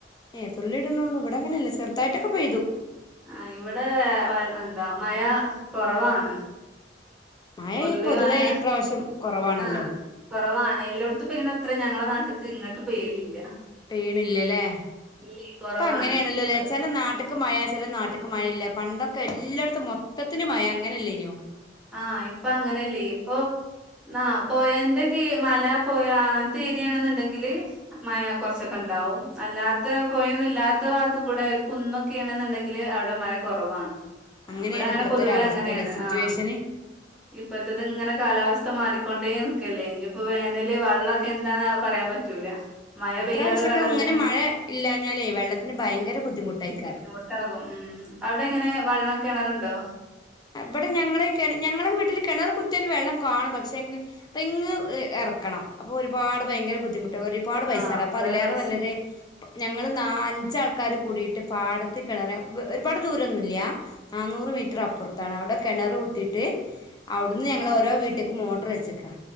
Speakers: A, on the left; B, in the centre.
A: ഏഹ് തുള്ളി ട്‌ണൊള്ളു ഇവടങ്ങനല്ല ചെർ തായിട്ടൊക്കെ പെയ്തു.
B: ആഹ് ഇവടെ എഹ് എന്താ മഴ കൊറവാണ്.
A: മഴ
B: പൊതുവേ മയ
A: ഇപ്രാവശ്യം കുറവാണല്ലോ
B: ആഹ് കൊറവാ ണ്. എല്ലോട്ത്തും പെയ്യ്ണത്ര ഞങ്ങളെ നാട്ട്ക്ക് ഇങ്ങട്ട് പെയ്യലില്ല.
A: പെയ്യ്ണ്ല്ലല്ലേ.
B: ഇല്ലേ കൊറവാണ്
A: പ്പ ങ്ങനെണല്ലോല്ലേ
B: ഇപ്രാവശ്യം
A: ചെല നാട്ട്ക്ക് മഴ ചെല നാട്ട്ക്ക് മഴല്ല പണ്ടൊ ക്കെല്ലോട്ത്തും മൊത്തത്തില് മയ അങ്ങനല്ലേന്യോ?
B: ആഹ് ഇപ്പങ്ങനല്ലേ ഇപ്പൊ ന്നാ പോയേൻ്റെക്കെ മല പൊഴ അങ്ങൻത്തെരിയാന്ന്ന്ന്ണ്ടെങ്കില് മഴ കൊറച്ചൊക്കെൻ ണ്ടാവും അല്ലാത്ത പോയൊന്നുല്ലാത്ത വാത്ത്ക്കൂടെ ഒര് കുന്നൊക്കെണെന്ന്ണ്ടെങ്കില് അവടെ മഴ കൊറവാണ്.
A: അങ്ങനെയാണ്
B: ഇവട ങ്ങനെ
A: ഇപ്പത്തെ
B: പൊതുവേ
A: ഒരു അവസ്ഥ
B: അങ്ങനേണ്
A: അല്ലെ സിറ്റുവേഷന്
B: ആഹ് ഇപ്പത്തത്ങ്ങനെ കാലാവസ് ഥ മാറിക്കൊണ്ടേ നിക്കല്ലേ ഇഞ്പ്പോ വേനല് വള്ളൊക്കെ എന്താന്നാ പറയാം പറ്റൂല. മഴ
A: ഇപ്രാവശ്യോക്കെ
B: പെയ്യാതെ വെള്ളത്തിന്
A: ങ്ങനെ മഴ ഇല്ലാഞ്ഞാലേ വെള്ളത്തിന് ഭയങ്കര ബുദ്ധിമുട്ടേക്കാരം.
B: ബുദ്ധിമുട്ടാകും ഉം അവടെ ങ്ങനെ വള്ളം കെണറ്ണ്ടോ?
A: ഇബടെ ഞങ്ങള് കെണ ഞങ്ങളെ വീട്ടില് കെണറ് കുത്ത്യാല് വെള്ളം കാണും പക്ഷെങ്കില് റിങ്ങ് എഹ് എറ ക്കണം അപ്പൊ ഒരുപാട് ഭയങ്കര ബുദ്ധിമുട്ട ഒരുപാട്
B: ആഹ്
A: പൈസാണ്ടേ അപ്പൊ
B: കൊറേ
A: അതിലേറെ
B: പൈസ
A: നല്ലത് ഞങ്ങൾ നാ അഞ്ചാൾക്കാര് കൂടിട്ട് പാടത്ത് കെണറ് ഒരുപാട് ദൂരൊന്നുല്ല. ന്നാ നൂറ് മീറ്റർ അപ്പൊർ ത്താണ് അവടെ കെണർ കുത്തിട്ട് അവ്ട്ന്ന്
B: അതില്
A: ഞങ്ങള്
B: മോട്ടർ
A: ഓരോ
B: വെച്ച്
A: വീട്ട്ക്കും മോട്ടർ വെച്ചക്കാ.